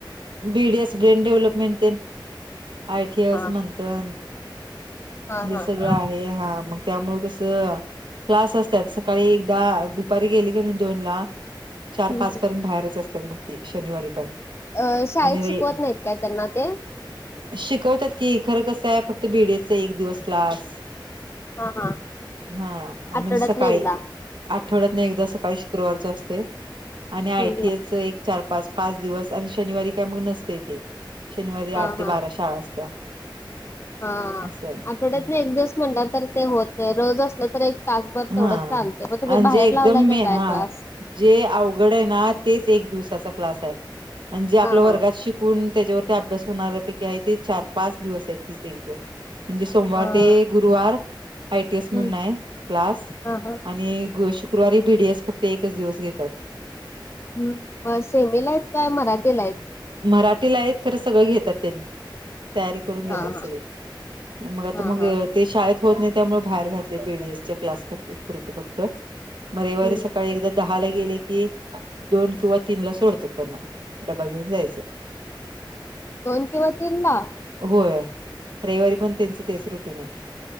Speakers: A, on the right; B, on the left.
A: बीडीएस ब्रेन डेव्हलपमेंट दे आयटीएस
B: हा
A: म्हंथन
B: हा
A: हे
B: हा
A: सगळं
B: हा
A: आहे हा मग त्यामुळे कसं क्लास असतात सकाळी एकदा दुपारी गेली की नाही दोन ला-
B: हम्म
A: चार पाच
B: हम्म.
A: पर्यंत बाहेरच असतात मग ती शनिवारी पण,
B: अ शाळेत
A: आणि रे
B: शिकवत नाहीत काय त्यांना ते,
A: शिकवतात की खरं कसं आहे, फक्त बीडीएसचा एक दिवस क्लास
B: हा हा
A: हा
B: आठवड्यातनं
A: म्हणजे सकाळी.
B: एकदा
A: आठवड्यातन एकदा सकाळी शुक्रवारच असते आणि
B: हम्म
A: आयटीएच
B: हम्म
A: एक चार पाच पाच दिवस आणि शनिवारी काय मग नसते ते. शनिवारी
B: हा
A: आठ ते
B: हा
A: बारा शाळा असत्या.
B: हा
A: असं आहे
B: आठवड्यात
A: हम्म
B: न एक दिवस म्हणटलं तर ते होत रोज असलं तर एक तासभर तेवढंच
A: हा
B: चालते मग, तुम्ही
A: आणि
B: बाहेर
A: जे एकदम
B: लावलाय
A: मेन
B: काय
A: हा
B: क्लास.
A: जे अवघड आहे ना तेच एक दिवसाचा क्लास आहे आणि जे आपल्या
B: हा हा
A: वर्गात शिक ण त्याच्यावरती अभ्यास होणारऱ्यापैकी आहे ते चार पाच दिवस आहेत तीच एझम म्हणजे सोमवार
B: हा
A: ते गुरुवार आयटीएस म्हणून
B: हम्म
A: आहे. क्लास
B: हा हा
A: आणि शुक्रवारी बीडीएस फक्त एकच दिवस घेतात
B: हम् ब सेमीला आहेत काय मराठीला आहेत.
A: मराठी ला आहेत खरं सगळं घेतात त्यांनी तयारी करून घेतात
B: हा हा
A: सगळे. मग आता
B: हा
A: मग
B: हा
A: ते शाळेत होत नाही त्यामुळे बाहेर घातले बी डी एस क्लास पुरतो फक्त म रविवारी
B: हम्म
A: सकाळी एकदा दहा ला गेले की, दोन किंवा तीन ला सोडतात त्यांना डबा घेऊन जायचं.
B: दोन किंवा तीन ला
A: होय रविवारी पण त्यांचे तेच रुटीन हे